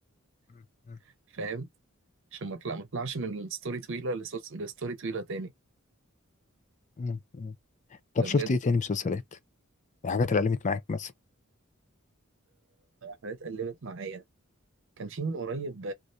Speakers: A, on the left; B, on the right.
A: مم. مم.
B: <laughs> فاهم عشان ما اطلع ما اطلعش من ستوري طويله لسوت- لستوري طويله تاني
A: مم. مم. طب
B: ده
A: شفت
B: بجد
A: ايه تاني مسلسلات الحاجات اللي علمت معاك مثلا
B: حاجات قلبت معايا كان في من قريب